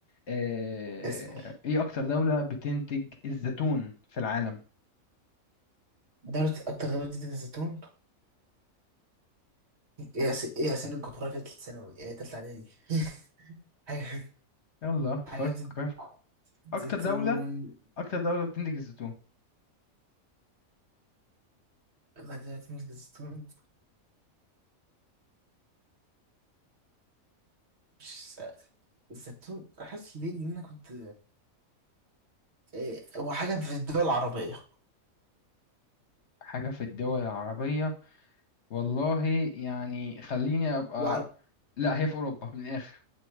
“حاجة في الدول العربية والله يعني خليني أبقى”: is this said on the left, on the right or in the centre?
Left